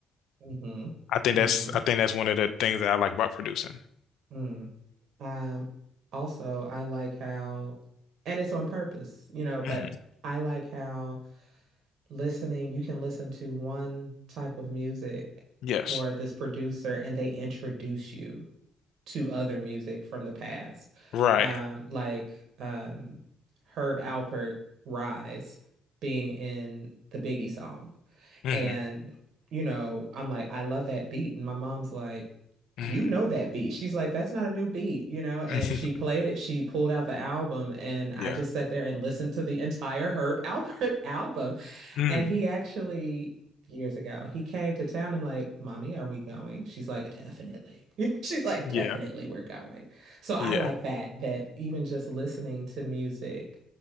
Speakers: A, on the right; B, on the left.
A: Mm-hmm.
B: I think
A: Mm-hmm.
B: that's I think that's one of the things that I like about producing.
A: Mm. Um, also I like how and it's on purpose, you know, but
B: hmm
A: I like how listening, you can listen to one type of music
B: Yes.
A: or this producer, and they introduce you to other music from the past.
B: Right.
A: Um, like um, Herb Alpert, Rise, being in the Biggie song.
B: hmm
A: And, you know, I'm like, I love that beat. And my mom's like,
B: hmm
A: you know that beat. She's like, that's not a new beat, you know? And
B: <laughs>
A: she played it. She pulled out the album, and I
B: Yeah.
A: just sat there and listened to the entire Herb Alpert <laughs> album.
B: hmm
A: And he actually, years ago, he came to town. I'm like, Mommy, are we going? She's like, definitely. <laughs> She's like, definitely,
B: Yeah.
A: we're going. So I
B: Yeah.
A: like that, that even just listening to music,